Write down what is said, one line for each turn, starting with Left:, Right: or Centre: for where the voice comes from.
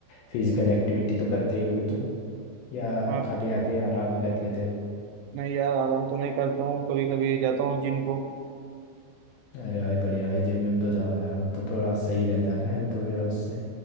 Left: फिजिकल एक्टिविटी तो करते ही होगे तुम या
Right: हाँ
Left: खाली आके आराम ही कर लेते हो
Right: मैं यार आराम तो नहीं करता हूँ कभी कभी जाता हूँ जिम को
Left: अरे भाई बढ़िया भाई जिम विम तो जाओ यार मतलब थोड़ा सही रहता है ना हेल्थ वगैरह उससे